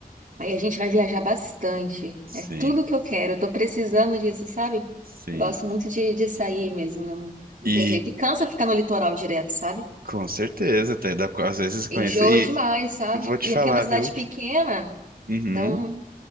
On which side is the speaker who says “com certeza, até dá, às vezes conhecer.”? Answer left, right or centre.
Right